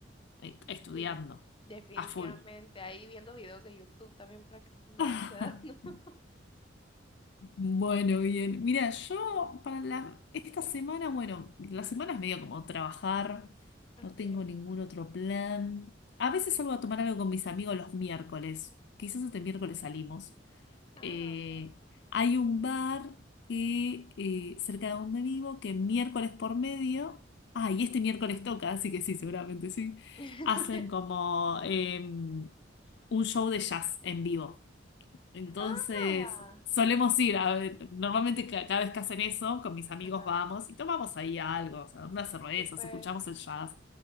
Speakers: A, on the left; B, on the left.
A: eh, estudiando
B: sí. Definitivamente,
A: a full.
B: ahí viendo videos de YouTube también para que se me
A: <laughs>
B: vaya quedando. <laughs>
A: Bueno, bien. Mira, yo para la, esta semana, bueno, la semana es medio como trabajar,
B: Okay.
A: no tengo ningún otro plan. A veces salgo a tomar algo con mis amigos los miércoles, quizás este miércoles salimos.
B: Ah,
A: Eh,
B: ok.
A: hay un bar que eh, cerca de donde vivo que miércoles por medio, ah, y este miércoles toca, así que sí, seguramente sí,
B: <laughs>
A: hacen como em, un show de jazz en vivo. Entonces,
B: Ah,
A: solemos ir, a- normalmente ca- cada vez que hacen eso, con mis amigos
B: ajá,
A: vamos y tomamos ahí algo, o sea, unas cervezas,
B: sí, pues,
A: escuchamos el jazz.